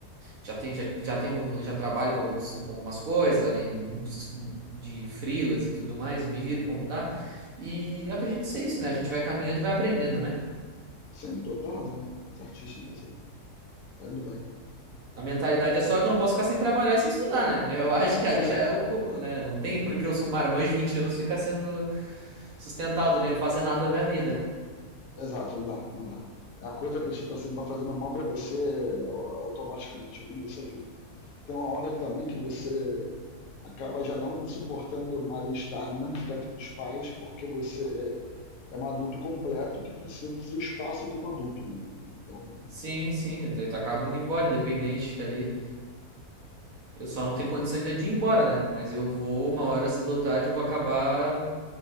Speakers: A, on the right (about 60°); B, on the left (about 65°).
A: Já tenho já, já tenho já trabalho com alguns com algumas coisas, além disso- de, frilas e tudo mais, eu me viro como dá. E acredito ser isso, né? A gente vai caminhando e vai aprendendo, né?
B: sim, total razão. Certíssimo você. Tá indo bem.
A: A mentalidade é só que eu não posso ficar sem trabalhar e sem estudar, né? Eu acho que
B: É,
A: aí já é o cúmulo, né? Não tem porque eu sou um marmanjo de 20 anos ficar sendo sustentado, nem fazer nada da minha vida.
B: Exato, não dá, não dá. É a coisa que tipo assim, vai fazendo mal para você é, automaticamente ao longo da sua vida. Tem uma hora também que você acaba já não suportando mais estar no mesmo teto que os pais, porque você é é um adulto completo que precisa do seu espaço como adulto, né? Então,
A: Sim, sim, daí tu acaba indo embora, independente ali. Eu só não tenho condição ainda de ir embora, né? Mas eu vou, uma hora cedo ou tarde, eu vou acabar